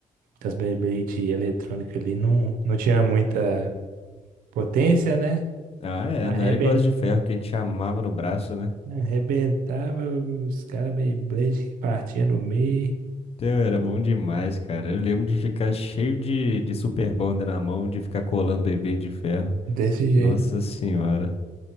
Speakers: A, on the right (about 85°); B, on the left (about 45°).
A: as Beyblade eletrônica ali não, não tinha muita potência, né?
B: Ah, é,
A: Arreben-
B: não era igual as de ferro que a gente amava no braço, né?
A: Arrebentava os caras Beyblade que partiam no meio,
B: Teu, era bom demais, cara. Eu lembro de ficar cheio de, de super bonder na mão, de ficar colando bebê de ferro.
A: desse jeito.
B: Nossa senhora.